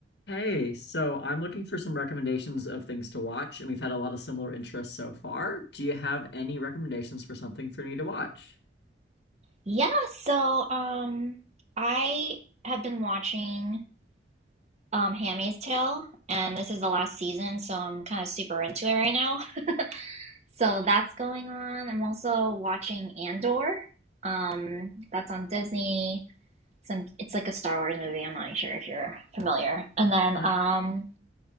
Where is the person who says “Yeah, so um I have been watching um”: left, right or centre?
Right